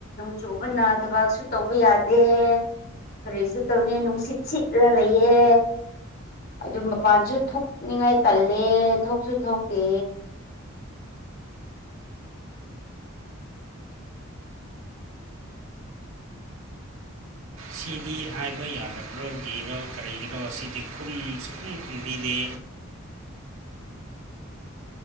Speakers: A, on the left; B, on the right.
A: ꯆꯨꯕꯅ ꯊꯕꯛꯁꯨ ꯇꯧꯕ ꯌꯥꯗꯦ ꯀꯔꯤꯁꯨ ꯇꯧꯅꯤ ꯅꯨꯡꯁꯤꯠ ꯁꯤꯠꯂ ꯂꯩꯌꯦ ꯑꯗꯨꯝ ꯃꯄꯥꯟꯁꯨ ꯊꯣꯛꯅꯤꯡꯉꯥꯏ ꯇꯜꯂꯦ ꯊꯣꯛꯁꯨ ꯊꯣꯛꯇꯦ
B: ꯁꯤꯗꯤ ꯍꯥꯏꯕ ꯌꯥꯗꯕ꯭ꯔꯣꯒꯤꯔꯣ ꯀꯔꯤꯒꯤꯔꯣ ꯁꯤꯗꯤ ꯈꯨꯝ ꯁꯨꯈꯨꯝ ꯈꯨꯝꯕꯤꯗꯦ